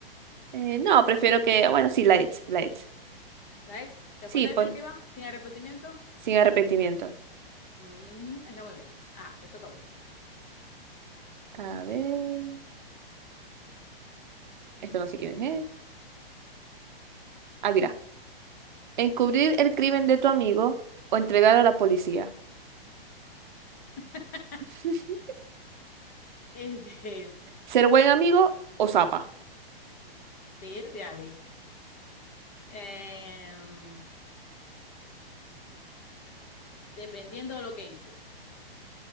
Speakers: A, on the right (about 50°); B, on the left (about 15°).
A: Eh, no, prefiero que. Bueno, sí, la ex, la ex.
B: ¿Sabes? Respuesta
A: Sí, pues.
B: definitiva, sin arrepentimiento.
A: Sin arrepentimiento.
B: Mm, está muy bien. Ah, te toca a vos.
A: A ver, esto no sé quién es. ¿eh? Ah, mira. Encubrir el crimen de tu amigo o entregarlo a la policía.
B: <laughs>
A: <laughs>
B: Es de
A: Ser buen amigo o zapa.
B: verde, Ale. Em, dependiendo de lo que hizo.